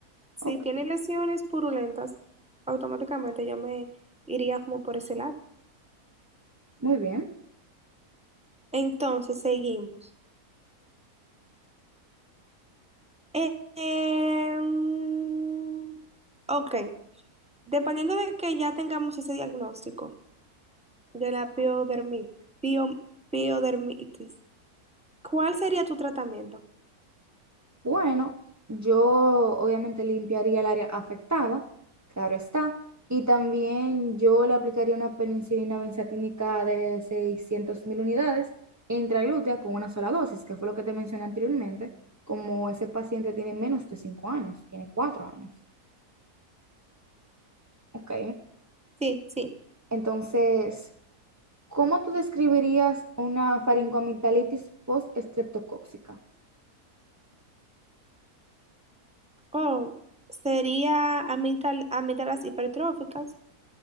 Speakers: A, in the centre; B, on the right.
A: Si
B: Ok,
A: tiene lesiones purulentas, automáticamente yo me iría como por ese lado.
B: muy bien.
A: Entonces, seguimos. Eh, em, ok, dependiendo de que ya tengamos ese diagnóstico de la piodermit- pio- piodermitis, ¿cuál sería tu tratamiento?
B: Bueno, yo obviamente limpiaría el área afectada, claro está, y también yo le aplicaría una penicilina benzatínica de 600.000 unidades intraglútea con una sola dosis, que fue lo que te mencioné anteriormente, como ese paciente tiene menos de 5 años, tiene cuatro años, ¿ok?
A: Sí, sí.
B: Entonces, ¿cómo tú describirías una faringoamigdalitis postestreptocóxica?
A: O sería amital- amígdalas hipertróficas